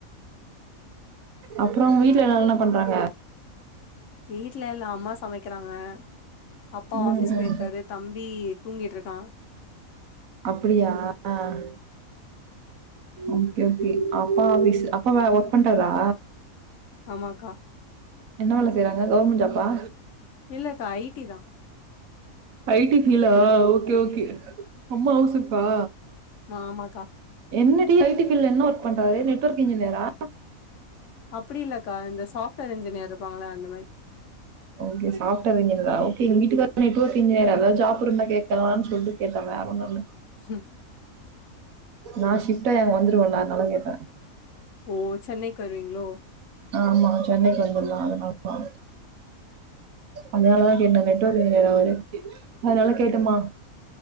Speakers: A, on the right (about 75°); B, on the left (about 65°).
A: அப்புறோ வி <unintelligible> என்ன பண்றாங்க
B: வீட் ட்ல இல்ல அம்மா சமைக்கிறாங்க அப்பா
A: ம்
B: ஆபிஸ்
A: ம்
B: போயிருக்காரு தம்பி தூங்கிட்டு இருக்கா
A: அப்பிடியா ம் ஓகே ஓகே அப்பா ஆபிஸ் அப்பா வே ஒர்க் பண்றாரா
B: ஆமாக்கா
A: என்ன வேல செய்யறாங்க கவுர்மெண்ட் ஜாப்பா
B: இல்லக்கா ஐட்டிதா
A: ஐட்டி ஃபீல் ஆ ஓகே ஓகே அம்மா ஹவுஸ் ஒயிஃப்பா
B: ஆமாக்கா
A: என்னடி ஐட்டி ஃபீல்டல என்ன ஒர்க் பண்றாரு நெட்டோர்க் இன்ஜினியரா
B: அப்பிடி இல்லக்கா இந்த சாஃப்ட்வேர் இன்ஜினியர் இருப்பாங்களா அந்த மாரி
A: ஓகே சாஃப்ட்வேர் இன்ஜினியரா ஓகே எங்க வீட்டுக்கார் நெட்டோர்க் இன்ஜினியர் ஏதாது ஜாப் இருந்தா கேகலானு சொல்லிட்டு கேட்டே வேற ஒன்னு இல்ல
B: சம்
A: நா ஷிப்டாயி அங்க வந்துருவேல்ல அதனால்ல கேட்டே
B: ஓ சென்னைக்கு வருவீங்களோ
A: ஆமா சென்னைக்கு வந்துரலா அதனா ஆ அதனாலதா கேட்டே நெட்வொர்க் இன்ஜினியர் அவரு அதனால கேட்டம்மா